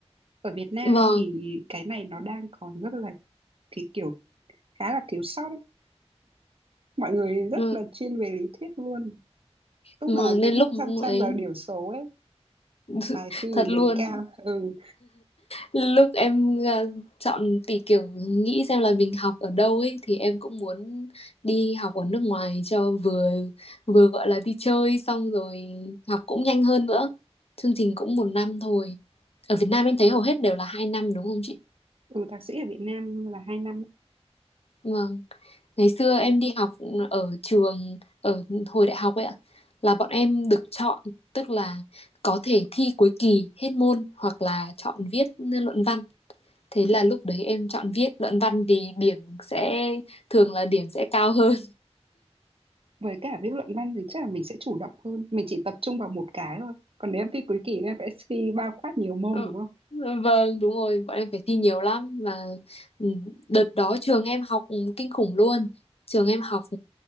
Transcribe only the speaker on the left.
vâng
ừ,
vâng
nên lúc
ấy
<laughs>
thật
luôn
Lúc em à, chọn tỷ kiểu nghĩ xem là mình học ở đâu ấy thì em cũng muốn đi học ở nước ngoài cho vừa vừa gọi là đi chơi xong rồi học cũng nhanh hơn nữa. Chương trình cũng một năm thôi. Ở Việt Nam em thấy hầu hết đều là hai năm đúng không chị?
Vâng. Ngày xưa em đi học ở trường ở hồi đại học ấy ạ là bọn em được chọn tức là có thể thi cuối kỳ hết môn hoặc là chọn viết luận văn Thế là lúc đấy em chọn viết luận văn vì điểm sẽ thường là điểm sẽ cao hơn.
<laughs>
Ừ, Vâng, đúng rồi, bọn em phải thi nhiều lắm và ừ, đợt đó trường em học kinh khủng luôn. Trường em học